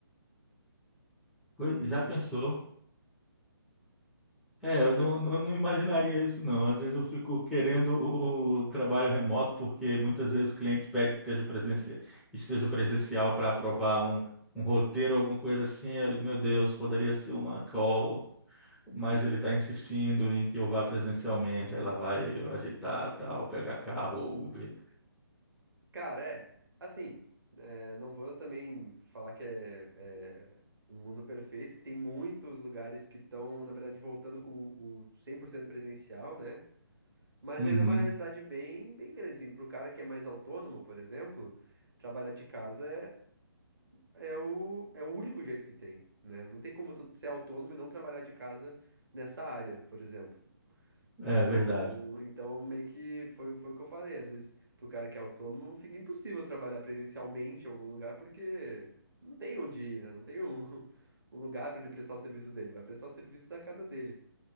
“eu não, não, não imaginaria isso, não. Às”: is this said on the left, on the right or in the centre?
Centre